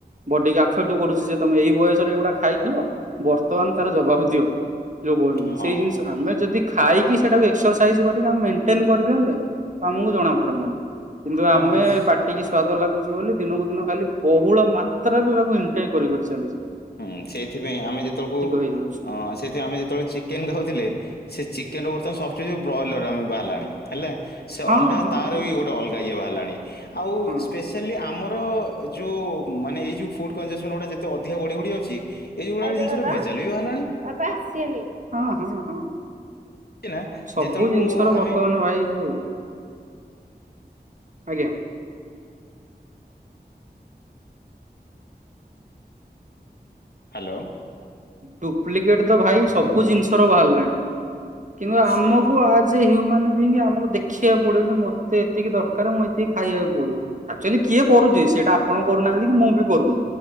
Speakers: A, on the right; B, on the left.
A: ବଡିକୁ ଆଫେକ୍ଟ କରୁଛି ଯେ ତମେ ଏଇ ବୟସରେ ଏଗୁଡା ଖାଇଥିଲ ବର୍ତ୍ତମାନ ତାର ଜବାବ ଦିଅ। <unintelligible>
B: ହଁ
A: ସେଇ ଜିନିଷ ଆମେ ଯଦି ଖାଇକି ସେଇଟାକୁ ଏକ୍ସରସାଇଜ କରିକି ଆମେ ମେନ୍ ଟେନ୍ କରିଦିଅନ୍ତେ ତ ଆମକୁ ଜଣା ପଡନ୍ତାନି। କିନ୍ତୁ ଆମେ
B: ଆ,
A: ପାଟିକି ସ୍ଵାଦ ଲାଗୁ <unintelligible> ବୋଲି ଦିନକୁ ଦିନ ଖାଲି ବହୁଳ ମାତ୍ରାରେ ତାକୁ ଇନ୍ଟେକ୍ କରି କରି ଚାଲିଛେ।
B: ହୁଁ ସେଇଥିପାଇଁ ଆମେ ଯେତେବେଳକୁ
A: ହେଇଯାଉଛି।
B: ଅ ସେଇଥିପାଇଁ ଆମେ ଯେତେବେଳେ ଚିକେନ ଖାଉଥିଲେ ସେ ଚିକ୍ କେନ୍ ବର୍ତ୍ତମାନ ସବଷ୍ଟିଚିଉଡ ବ୍ରଏଲର ଆମେ ବାହାରିଲାଣି ହେଲେ ସେ
A: ହଁ
B: ଅଣ୍ଡା
A: ହଁ
B: ତାର
A: ହଁ
B: ବି ଗୋଟେ ଅଲଗା ଇଏ ବାହାରିଲଣି ଆଉ
A: ହଁ।
B: ସ୍ପେସାଲି ଆମର ଯୋଉ ମାନେ ଏଇ ଯୋଉ ଫୁଡ୍ କଞେସନ୍ ଗୁଡା ଯେତେ ଅଧିକ ବଢି ଯାଉଛି ଏଇ ଗୁଡା
A: ଆଇଲେ
B: ଜିନିଷର
A: ବାବା
B: ଭେଜାଲ ବି ବାହାରିଲାଣି
A: ବାବା ଆସିଲି ହଁ ହଁ ହଁ
B: ନା
A: ସବୁ
B: ଯେତେବେଳକୁ
A: ଜିନିଷର ବର୍ତ୍ତମାନ
B: ଆମେ
A: ଭାଇ ଯୋଉ ଆଜ୍ଞା
B: ହାଲୋ
A: ଡୁପ୍ଲିକେଟ ତ ଭାଇ ସବୁ ଜିନିଷର ବାହାରିଲାଣି। କିମ୍ବା
B: ସେଇ
A: ଆମକୁ
B: ତ
A: ଆଜି ହ୍ୟୁମାନ ଆମକୁ ଦେଖିବାକୁ ପଡିବ ଯେ ମତେ ଏତିକି ଦରକାର ମୁଁ ଏତିକି ଖାଇବାକୁ ପଡିବ ଆକ୍ଚୁଆଲି କିଏ କରୁଛି ସେଇଟା ଆପଣ କରୁନାହାନ୍ତି କି ମୁଁ ବି କରୁନି